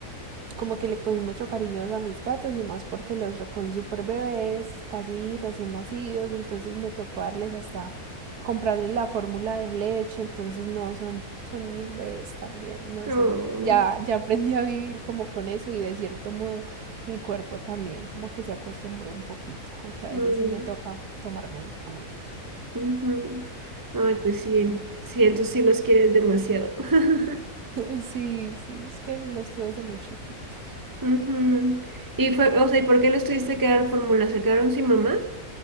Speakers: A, on the right; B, on the right.
A: como que le cogí mucho cariño a mis gatos y más porque los recogí súper bebés, casi recién nacidos, entonces me tocó darles hasta comprarles la fórmula de leche, entonces no, son, son mis bebés también, no
B: No.
A: sé. Ya, ya aprendí a vivir como con eso y de cierto modo mi cuerpo también como que se acostumbró un poquito, aunque a veces
B: Mm,
A: sí me toca tomar medicamento.
B: ujú. Ay, pues sí, sí, entonces sí los quieres demasiado. <laughs>
A: <laughs> sí, sí, es que los tuve desde muy chiquitos.
B: Ujú. Y fue, o sea, ¿y por qué les tuviste que dar fórmula? ¿Se quedaron sin mamá?